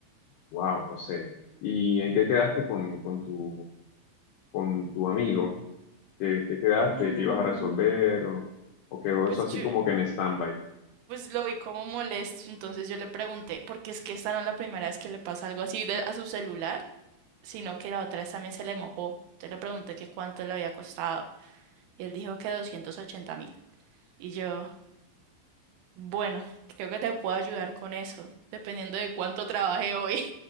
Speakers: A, on the left; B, on the right.
A: wow, no sé. ¿Y en qué quedaste con, con tu, con tu amigo? ¿Qué, qué quedaste?
B: Mm,
A: ¿Qué ibas a resolver? ¿O, o quedó
B: pues
A: eso así
B: yo,
A: como que en stand-by?
B: pues lo vi como molesto, entonces yo le pregunté, porque es que esta no es la primera vez que le pasa algo así de- a su celular, sino que la otra vez también se le mojó. Entonces le pregunté que cuánto le había costado y él dijo que doscientos ochenta mil. Y yo, Bueno, creo que te puedo ayudar con eso, dependiendo de cuánto trabajé hoy.